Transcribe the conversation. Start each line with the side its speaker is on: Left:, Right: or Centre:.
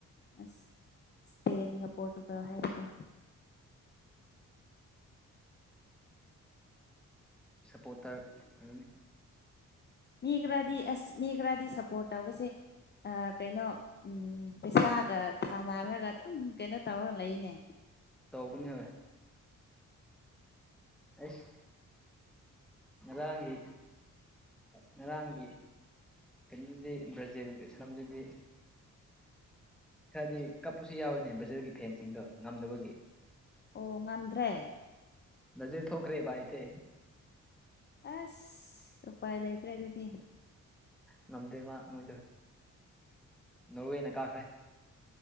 Left: ꯑꯁ ꯏꯁꯄꯦꯟꯒ ꯄꯣꯔꯇꯨꯒ ꯍꯥꯏꯕꯀꯣ
Centre: ꯁꯞꯄꯣꯇꯔ ꯎꯝ
Left: ꯃꯤ ꯈꯔꯗꯤ ꯑꯁ ꯃꯤ ꯈꯔꯗꯤ ꯁꯞꯄꯣꯔꯠ ꯇꯧꯕꯁꯦ ꯑꯥ ꯀꯩꯅꯣ ꯎꯝ ꯄꯩꯁꯥꯒ ꯊꯥꯅꯔꯒ ꯑꯗꯨꯝ ꯀꯩꯅꯣ ꯇꯧꯔ ꯂꯩꯅꯦ
Centre: ꯇꯧꯕꯅꯦ ꯑꯩꯁ ꯉꯔꯥꯡꯒꯤ ꯉꯔꯥꯡꯒꯤ ꯀꯩꯅꯣꯗꯤ ꯕ꯭ꯔꯥꯖꯤꯜꯒꯤ ꯁꯥꯅꯕꯗꯨꯗꯤ ꯈꯔꯗꯤ ꯀꯞꯄꯁꯨ ꯌꯥꯎꯋꯤꯅꯦ ꯕ꯭ꯔꯖꯤꯜꯒꯤ ꯐꯦꯟꯁꯤꯡꯗꯣ ꯉꯝꯗꯕꯒꯤ
Left: ꯑꯣ ꯉꯝꯗ꯭ꯔꯦ
Centre: ꯕ꯭ꯔꯥꯖꯤꯜ ꯊꯣꯛꯈ꯭ꯔꯦ ꯎꯄꯥꯏꯇꯦ
Left: ꯑꯁ ꯎꯄꯥꯏ ꯂꯩꯇ꯭ꯔꯦ ꯑꯗꯨꯗꯤ
Centre: ꯉꯝꯗꯦ ꯃꯥ ꯃꯣꯏꯗꯣ ꯅꯣꯔꯋꯦꯅ ꯀꯥꯈ꯭ꯔꯦ